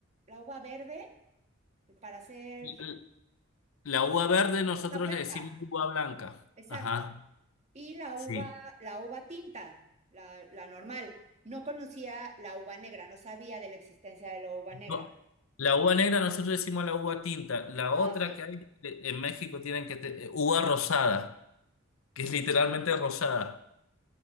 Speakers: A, on the right (about 35°); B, on the left (about 70°).
A: la uva verde para hacer
B: l- la uva verde nosotros
A: la blanca,
B: le decimos uva blanca.
A: exacto.
B: Ajá,
A: Y la
B: sí.
A: uva, la uva tinta, la, la normal. No conocía la uva negra, no sabía de la existencia de la uva negra.
B: No, la uva negra nosotros le decimos la uva tinta. La
A: Ah,
B: otra
A: ok.
B: que hay le- en México tienen que te- eh, uva rosada, que es literalmente rosada.